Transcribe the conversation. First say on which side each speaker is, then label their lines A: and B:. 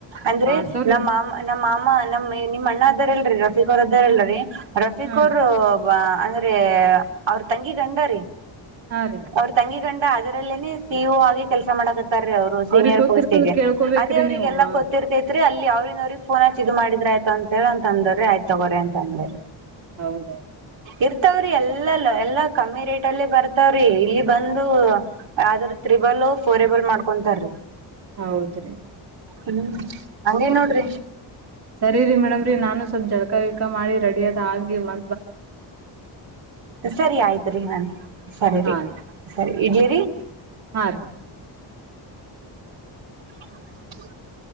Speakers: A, on the right; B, on the right.
A: ಅಂದ್ರೆ
B: ಮಾಡ್ಸೋರ್ರಿ
A: ನಮ್ ಮಾಮ್ ನಮ್ಮ ಮಾಮ ನಮ್ ನಿಮ್ಮ್ ಅಣ್ಣ ಅದಾರ ಇಲ್ರರಿ ರಫೀಕ್ ಅವರ್ ಅದಾರಲ್ರಿ ರಫೀಕ್
B: ಹಾ
A: ಅವ್ರು ವ ಅಂದ್ರೆ ಅವ್ರ್ ತಂಗಿ ಗಂಡಾರಿ.
B: ಹಾ ರೀ
A: ಅವ್ರ ತಂಗಿ ಗಂಡ ಅದರಲ್ಲೇನೆ ಸಿ ಇ ಒ ಆಗಿ ಕೆಲಸ ಮಾಡಕತ್ ತ್ತಾರಿ ಅವ್ರು ಸೀನಿಯರ್
B: ಅವ್ರಿಗ್ ಗೊತ್ತಿರ್ತದ
A: ಪೋಸ್ಟಿಗೆ
B: ಕೇಳ್ಕೋಬೇಕ್ರಿ
A: ಅದೇ ಅವ್ರಿಗೆಲ್ಲಾ
B: ನೀವು ಹಾ
A: ಗೊತ್ತಿರ್ ತೈತ್ರಿ ಅಲ್ಲಿ ಅವ್ರಿಂದ್ ಅವ್ರಿಗ್ ಫೋನ್ ಹಚ್ ಇದ್ ಮಾಡಿದ್ರಾಯಿತು ಅಂತೇಳಂತ್ ಅಂದೋರಿ ಆಯ್ತ್ ತಗೋರಿ ಅಂದೇರಿ.
B: ಹೌದಾ
A: ಇರ್ತಾವ್ರಿ ಎಲ್ಲಲ್ಲ ಎಲ್ಲಾ ಕಮ್ಮಿ ರೇಟಲ್ಲಿ ಬರ್ತಾವ್ರಿ ಇಲ್ಲಿ ಬಂದು ಆದ್ರ ತ್ರಿಬಲ್ ಫೋರ್ ಎಬಲ್ ಮಾಡ್ಕೊಂತಾರೀ.
B: ಹೌದ್ರಿ
A: ಹ್ಮ್ ಹಂಗೇನ್ ನೋಡ್ರಿ.
B: ಸರಿರಿ ಮೇಡಮ್ರಿ ನಾನು ಸ್ವಲ್ಪ್ ಜಳಕ ಗಿಳಕ ಮಾಡಿ ರೆಡಿಯಾಗ್ ಆಗಿ ಮ
A: ಸರಿ ಆಯ್ತ್ರಿ ನಾನ್ ಸರಿರಿ.
B: ಹಾ
A: ಸರಿ ಇಡ್ಲಿರಿ
B: ಹಾ ರೀ
A: <inaudible>